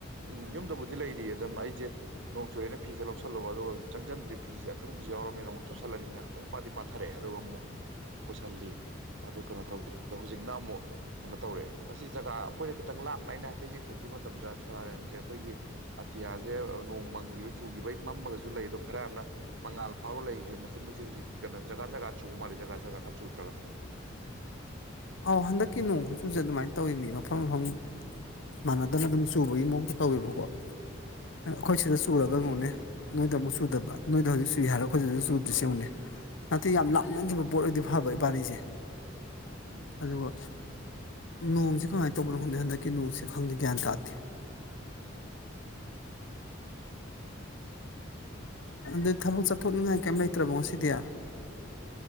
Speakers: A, on the right (about 65°); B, on the left (about 70°).
A: ꯎꯝ ꯌꯨꯝꯗꯕꯨꯗꯤ ꯂꯩꯔꯤꯌꯦ ꯑꯗꯨꯝ ꯑꯩꯁꯦ ꯅꯣꯡ ꯆꯨꯨꯔꯦꯅ ꯐꯤꯒ ꯂꯧꯁꯜꯂꯨꯕ ꯑꯗꯨꯒꯥ ꯆꯪꯖꯟꯕꯗ ꯐꯤꯁꯦ ꯑꯀꯪꯕꯁꯨ ꯌꯥꯎꯔꯕꯅꯤ ꯅꯣꯡ ꯆꯣꯠꯁꯟꯂꯅꯤꯅꯥ ꯈꯤꯇꯪ ꯄꯥꯗꯤ ꯄꯥꯊꯔꯛꯑꯦ ꯑꯗꯨꯒ ꯑꯃꯨꯛ ꯄꯨꯁꯟꯂꯤ ꯑꯗꯣ ꯀꯩꯅꯣ ꯇꯧꯗ꯭ꯔꯦ ꯑꯗꯣ ꯍꯧꯖꯤꯛꯅ ꯑꯃꯨꯛ ꯀꯩꯅꯣ ꯇꯧꯔꯛꯑꯦ ꯑꯁ ꯁꯤ ꯖꯒꯥ ꯑꯩꯈꯣꯏꯅ ꯈꯤꯇꯪ ꯂꯥꯞꯅ ꯑꯩꯅ ꯍꯥꯏꯐꯦꯠ ꯌꯦꯡꯊꯣꯛꯈꯤꯕ ꯃꯇꯝꯗ ꯁꯣꯔꯥꯔꯦꯟꯁꯦ ꯑꯩꯈꯣꯏꯒꯤ ꯑꯇꯤꯌꯥꯁꯦ ꯅꯣꯡ ꯃꯪꯒꯤꯕꯩ ꯆꯨꯈꯤꯕꯩ ꯃꯝꯃꯒꯁꯨ ꯂꯩ ꯑꯗꯣ ꯈꯔ ꯑꯃꯅ ꯃꯉꯥꯜ ꯐꯥꯎꯔ ꯂꯩꯁꯦ ꯃꯆꯤ ꯃꯆꯤ ꯍꯧꯖꯤꯛ ꯀꯩꯅꯣ ꯖꯒꯥ ꯖꯒꯥ ꯆꯨꯕ ꯃꯥꯜꯂꯤ ꯖꯒꯥ ꯖꯒꯥ ꯈꯔ ꯆꯨꯗ꯭ꯔꯒ
B: ꯑꯧ ꯍꯟꯗꯛꯀꯤ ꯅꯣꯡ ꯈꯨꯠꯆꯨꯁꯦ ꯑꯗꯨꯃꯥꯏꯅ ꯇꯧꯋꯦ ꯃꯤ ꯃꯐꯝ ꯃꯐꯝ ꯃꯥꯟꯅꯗꯅ ꯑꯗꯨꯝ ꯆꯨꯕꯒꯤ ꯃꯑꯣꯡꯁꯨ ꯇꯧꯋꯦꯕꯀꯣ ꯑꯩꯈꯣꯏ ꯁꯤꯗ ꯆꯨꯔꯒ ꯌꯦꯡꯉꯨꯅꯦ ꯅꯣꯏꯗ ꯑꯃꯨꯛ ꯆꯨꯗꯕ ꯅꯣꯏꯗ ꯍꯧꯖꯤꯛ ꯆꯨꯏ ꯍꯥꯏꯔ ꯑꯩꯈꯣꯏꯗ ꯍꯧꯖꯤꯛ ꯆꯨꯗ꯭ꯔꯤꯁꯤ ꯌꯦꯡꯉꯨꯅꯦ ꯅꯠꯇꯦ ꯌꯥꯝ ꯂꯥꯞꯅꯈꯤꯕ ꯄꯣꯠ ꯑꯣꯏꯗꯤ ꯐꯕ ꯏꯕꯥꯅꯤꯁꯦ
A: ꯎꯝ
B: ꯑꯗꯨꯒ ꯅꯣꯡꯁꯤ ꯀꯃꯥꯏꯅ ꯇꯧꯕꯅꯣ ꯈꯪꯗꯦ ꯍꯟꯗꯛꯀꯤ ꯅꯣꯡꯁꯦ ꯈꯪꯗꯦ ꯒ꯭ꯌꯥꯟ ꯇꯥꯗꯦ
A: ꯎꯝ
B: ꯑꯗꯨ ꯊꯕꯛ ꯆꯠꯊꯣꯛꯅꯤꯡꯉꯥꯏ ꯀꯩꯝ ꯂꯩꯇ꯭ꯔꯕꯣ ꯉꯁꯤꯗꯤ